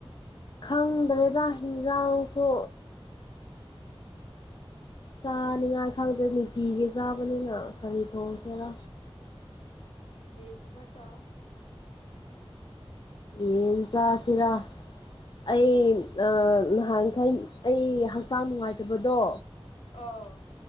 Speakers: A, on the left; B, on the left.
A: ꯈꯪꯗ꯭ꯔꯦꯗ ꯍꯤꯟꯖꯥꯡꯁꯨ ꯆꯥꯅꯤꯡꯉꯥꯏ ꯈꯪꯗ꯭ꯔꯦ ꯅꯤꯡꯇꯤꯒꯤ ꯆꯥꯕꯅꯤꯅ ꯀꯔꯤ ꯊꯣꯡꯁꯦꯔꯥ
B: ꯌꯦꯟꯒꯨꯝꯕ ꯆꯥꯎ
A: ꯌꯦꯟ ꯆꯥꯁꯤꯔ ꯑꯩ-ꯅ ꯅꯍꯥꯟꯈꯩ ꯑꯩ ꯍꯛꯆꯥꯡ ꯅꯨꯡꯉꯥꯏꯇꯕꯗꯣ
B: ꯑꯥꯎ